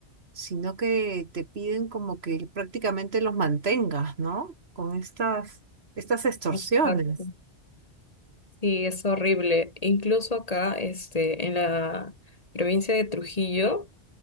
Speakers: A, on the right; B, on the left.
A: sino que te piden como que prácticamente los mantengas, ¿no? Con estas, estas extorsiones.
B: Exacto. Sí, es horrible. Incluso acá, este, en la provincia de Trujillo,